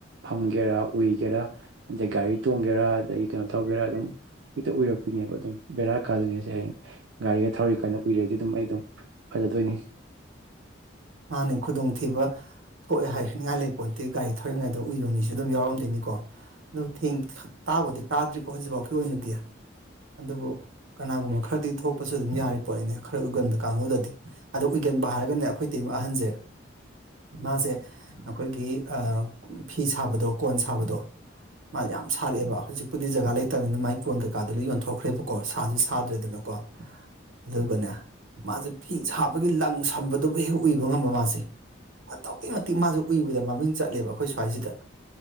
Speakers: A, on the right; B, on the right.
A: ꯐꯝꯒꯦꯔꯥ ꯎꯏꯒꯦꯔꯥ ꯑꯗꯩ ꯒꯥꯔꯤ ꯇꯣꯡꯒꯦꯔꯥ ꯑꯗꯩ ꯀꯩꯅꯣ ꯇꯧꯒꯦꯔꯥ ꯑꯗꯨꯝ ꯍꯦꯛꯇ ꯎꯔꯛꯄꯤꯅꯦꯕ ꯑꯗꯨꯝ ꯕꯦꯔꯥ ꯀꯥꯗꯣꯏꯅꯦꯁꯦ ꯍꯌꯦꯡ ꯒꯥꯔꯤ ꯊꯧꯔꯤ ꯀꯥꯏꯅ ꯎꯏꯔꯗꯤ ꯑꯗꯨꯝ ꯑꯩ ꯑꯗꯨꯝ ꯐꯖꯗꯣꯏꯅꯤ꯫
B: ꯃꯥꯅꯤ ꯈꯨꯗꯣꯡꯊꯤꯕ ꯊꯣꯛꯑꯣꯏ ꯍꯥꯏꯅꯤꯡꯉꯥꯏ ꯂꯩꯄꯣꯟꯇꯦ ꯒꯥꯔꯤ ꯊꯧꯔꯤꯉꯩꯗ ꯎꯏꯕ ꯃꯤꯁꯨ ꯑꯗꯨꯝ ꯌꯥꯎꯔꯝꯗꯣꯏꯅꯤꯀꯣ꯫ ꯑꯗꯨ ꯊꯦꯡ ꯇꯥꯕꯨꯗꯤ ꯇꯥꯗ꯭ꯔꯤꯀꯣ ꯍꯧꯖꯤꯛꯐꯥꯎꯒꯤ ꯑꯣꯏꯅꯗꯤ ꯑꯗꯨꯕꯨ ꯀꯅꯥꯒꯨꯝꯕ ꯈꯔꯗꯤ ꯊꯣꯛꯄꯁꯨ ꯑꯗꯨꯝ ꯌꯥꯔꯤ ꯄꯣꯠꯅꯤꯅꯦ ꯈꯔ ꯎꯏꯒꯟꯗ ꯀꯥꯡꯕꯨꯨꯗꯗꯤ ꯑꯗꯣ ꯎꯏꯒꯟꯕ ꯍꯥꯏꯔꯒꯅꯦ ꯑꯩꯈꯣꯏ ꯇꯤꯝ ꯑꯍꯟꯖꯦ ꯃꯥꯁꯦ ꯑꯩꯈꯣꯏꯒꯤ ꯑꯥ ꯐꯤ ꯁꯥꯕꯗꯣ ꯀꯣꯟ ꯁꯥꯕꯗꯣ ꯃꯥ ꯌꯥꯝ ꯁꯥꯔꯛꯑꯦꯕ ꯍꯧꯖꯤꯛꯄꯨꯗꯤ ꯖꯒꯥ ꯂꯩꯇꯕꯅꯤꯅ ꯃꯒꯤ ꯀꯣꯟ ꯀꯩꯀꯥꯗ ꯂꯣꯏ ꯌꯣꯟꯊꯣꯛꯈ꯭ꯔꯦꯕꯀꯣ ꯁꯥꯖꯨ ꯁꯥꯗ꯭ꯔꯦꯗꯅ ꯀꯣ ꯑꯗꯨꯒꯅꯦ ꯃꯥꯖꯦ ꯐꯤ ꯁꯥꯕꯒꯤ ꯂꯪ ꯁꯝꯕꯗꯨꯕꯨ ꯍꯦꯛ ꯎꯏꯕ ꯉꯝꯕ ꯃꯥꯁꯦ ꯑꯗꯨꯛꯀꯤ ꯃꯇꯤꯛ ꯃꯥꯖꯦ ꯎꯏꯕꯗ ꯃꯃꯤꯡ ꯆꯠꯂꯦꯕ ꯑꯩꯈꯣꯏ ꯁ꯭ꯋꯥꯏꯁꯤꯗ꯫